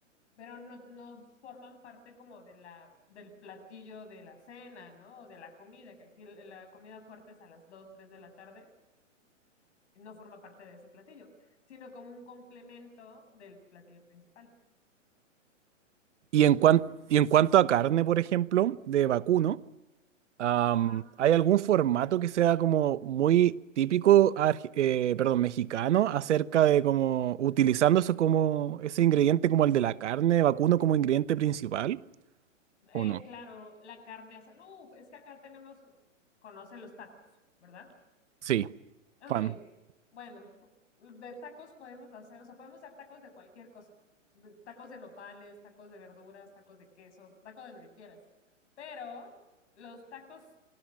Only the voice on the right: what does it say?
Y en
cuan- y en cuanto a carne, por ejemplo, de vacuno. Am,
¿hay algún formato que sea como muy típico, arg- eh, perdón, mexicano, acerca de como utilizando eso como ese ingrediente como el de la carne vacuno como ingrediente principal? ¿O
no?
Sí,
fan.